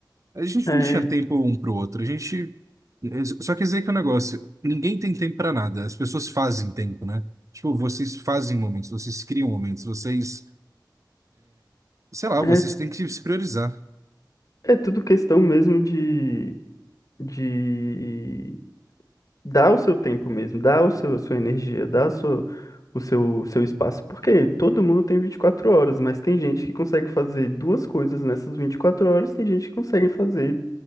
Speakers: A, on the right; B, on the left.
A: a gente
B: É,
A: não tinha tempo um para o outro. A gente. é, Só quer dizer que é um negócio, ninguém tem tempo para nada, as pessoas fazem tempo, né? Tipo, vocês fazem momentos, vocês criam momentos, vocês, sei lá, vocês
B: é,
A: têm que se priorizar.
B: é tudo questão mesmo de, de dá o seu tempo mesmo, dá o seu, a sua energia, dá a sua, o seu, o seu espaço. Porque todo mundo tem 24 horas, mas tem gente que consegue fazer duas coisas nessas 24 horas, tem gente que consegue fazer